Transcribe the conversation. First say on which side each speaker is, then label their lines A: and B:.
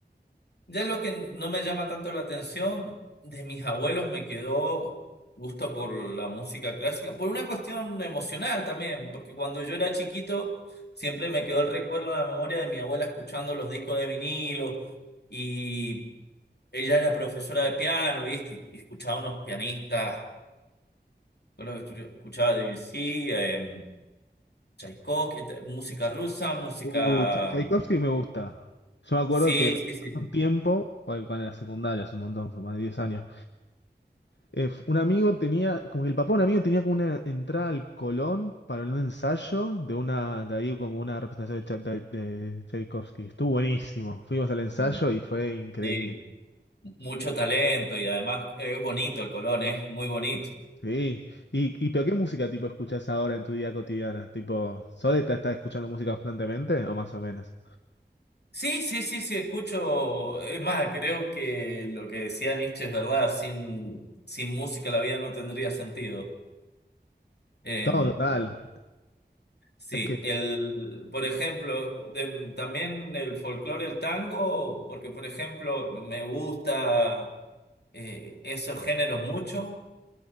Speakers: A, on the left; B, on the left.
A: Ya lo que no me llama tanto la atención, de mis abuelos me quedó gusto por la música clásica, por una cuestión emocional también, porque cuando yo era chiquito siempre me quedó el recuerdo en la memoria de mi abuela escuchando los discos de vinilo. Y ella era profesora de piano, ¿viste? Y escuchaba unos pianistas, con lo que yo escuchaba de Debussy, eh, Tchaikovsky, ent- música rusa, música...
B: Uh, Ch- Tchaikovsky
A: mm,
B: me gusta. Yo me acuerdo
A: Sí,
B: que hace
A: sí, sí, sí.
B: un tiempo, bueno, cuando era secundaria, hace un montón, fue más de 10 años, eh, f- un amigo tenía, como que el papá de un amigo tenía como una entrada al Colón para un ensayo de una, de ahí como una representación de, Cha- de- de Tchaikovsky. Estuvo buenísimo. Fuimos al ensayo
A: No,
B: y fue increíble.
A: sí, mucho talento y además eh, es bonito el Colón, es muy bonito.
B: Sí. Y, y pero ¿qué música tipo escuchás ahora en tu día cotidiana? Tipo, ¿Sode está, está escuchando música constantemente o más o menos?
A: Sí, sí, sí, sí, escucho. Es más, creo que lo que decía Nietzsche es verdad, sin, sin música la vida no tendría sentido. Eh,
B: Todo, total.
A: Sí,
B: Es que...
A: el, por ejemplo, de- también el folclore, el tango, porque por ejemplo me gusta eh, esos géneros mucho.